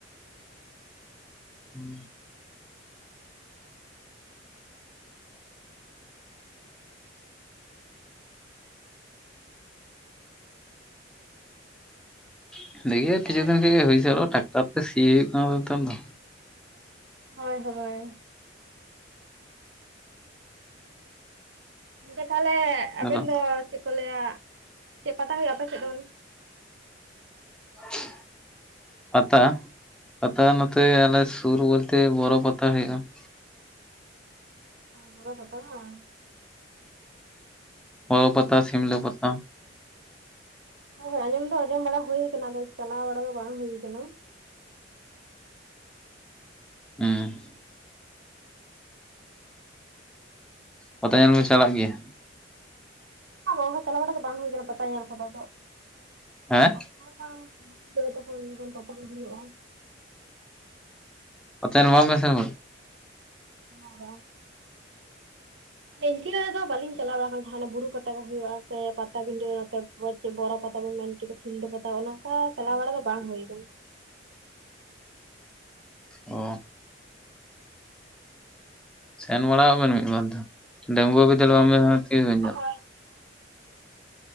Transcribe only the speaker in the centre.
ᱦᱩᱸ ᱾ <unintelligible> ᱠᱤᱪᱷᱩ
ᱫᱤᱱ ᱠᱷᱚᱡ ᱜᱮ ᱦᱩᱭ ᱥᱟᱹᱛᱚᱜᱼᱟ ᱴᱟᱠᱴᱟᱨ ᱛᱮ ᱥᱤ ᱦᱩᱭᱩᱜ ᱠᱟᱱᱟ ᱛᱚ ᱱᱮᱛᱟᱨ ᱫᱚ ᱾
ᱱᱮᱛᱟᱨ
ᱟᱫᱚ
<inaudible> ᱯᱟᱛᱟ? <inaudible> ᱯᱟᱛᱟ ᱱᱚᱛᱮ ᱟᱞᱮ ᱥᱩᱨ ᱵᱚᱞᱛᱮ ᱵᱚᱨᱚ ᱯᱟᱛᱟ ᱦᱳᱭᱳᱜᱼᱟ ᱾
ᱵᱚᱨᱚ ᱯᱟᱛᱟ ᱥᱤᱢᱞᱟᱹ ᱯᱟᱛᱟ ᱾
ᱦᱮᱸ ᱾ ᱯᱟᱛᱟ ᱧᱮᱞ ᱵᱮᱱ ᱪᱟᱞᱟᱜ ᱜᱮᱭᱟ?
ᱦᱮᱸ?
ᱚᱛᱮ ᱱᱚᱣᱟ ᱢᱮᱥ ᱨᱮᱱᱦᱚᱸ ᱾
ᱚ ᱾ ᱥᱮᱱ ᱵᱟᱲᱟᱣᱟᱜ ᱵᱮᱱ ᱢᱤᱫ ᱵᱟᱨ ᱫᱚ ᱾ ᱰᱟᱹᱝᱜᱩᱣᱟᱹ ᱵᱤᱫᱟᱹᱞ ᱵᱟᱝ ᱵᱤᱱ ᱧᱮᱞ <unintelligible> ᱛᱤᱥ ᱵᱮᱱ ᱧᱮᱞᱟ ᱾